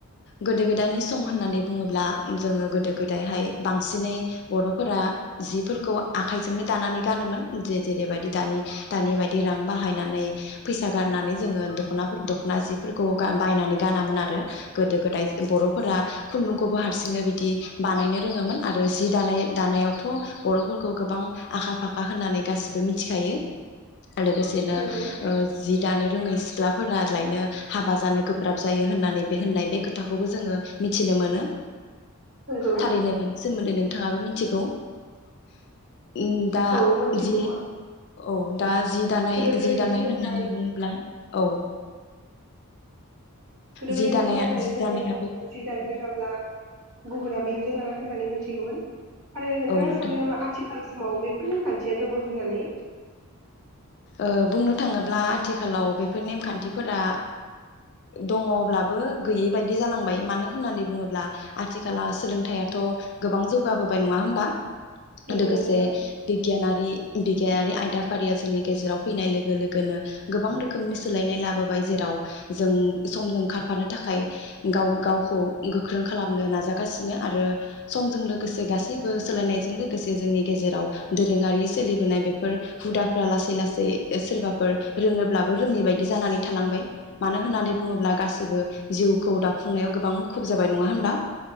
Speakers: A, on the left; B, on the right.
A: गोदो गोदायनि सम होननानै बुङोब्ला जोङो गोदो गोदायहाय बांसिनै बर'फोरा जिफोरखौ आखाइजोंनो दानानै गानोमोन जे जेरैबायदि दानि दानि बायदि रां बाहायनानै फैसा गारनानै जोङो दख'नाफोर दख'ना जिफोरखौ गा- बायनानै गानामोन आरो गोदो गोदाय बर' फोरा खुन्दुंखौ हारसि नो बिदि बानायनो रोङोमोन आरो जि दानाय दानायावथ' बर'फोरखौ गोबां आखा फाखा होननानै गासिबो मिथिखायो। लोगोसेनो
B: नंगौ
A: ओ जि दानो रोङै सिख्लाफोरा लायनो हाबा जानो गोब्राब जायो होननानै होननाय बे खोथाखौबो जोङो मिथिनो मोनो।
B: नंगौ
A: थारैनो बेनो। सोमोन्दै नोंथाङाबो मिथिगौ । ओम दा
B: औ मोनथिगौ
A: जि औ दा जि दानाय
B: गोदो गोदायनि
A: जि दानाय
B: समावहाय
A: होननानै बुङोब्ला औ ।
B: गोदो गोदायनि
A: जि दानाया
B: समावहाय
A: जि
B: जोङो
A: दानायाबो
B: जि दानो रोङाब्ला गुबुना बिहाम जो लाङा होननानै मिथिगौमोन । आरो नोंथाङा
A: औ नोंथां
B: सानो नामा आथिखाल समाव बेफोर नेमखान्थिया दङ होननानै
A: ओ बुंनो थाङोब्ला आथिखालाव बेफोर नेमखान्थिफोरा दङब्लाबो गैयै बायदि जालांबाय मानो होननानै बुङोब्ला आथिखलाव सोलोंथायाइआथ गोबां जौगाबोबाय नङा होमबा?
B: नंगौ
A: लोगोसे
B: नोंथां
A: बिगियानारि बिगियारि आयदाफारिया जोंनि गेजेराव फैनाय लोगो लोगोनो गोबां रोखोमनि सोलायनाय लाबोबाय जेराव जों समजों खारफानो थाखाय गाव गावखौ गोख्रों खालामनो नाजागासिनो आरो समजों लोगोसे गासैबो सोलायनायजों लोगोसे जोंनि गेजेराव दोरोङारि सोलिबोनाय बेफोर हुदाफ्रा लासै लासै लासै सोरबाफोर रोङोब्लाबो रोङै बायदि जानानै थालांबाय मानो होननानै बुङोब्ला गासिबो जिउखौ दाफुंनायाव गोबां मुखुब जाबाय नङा होनबा ।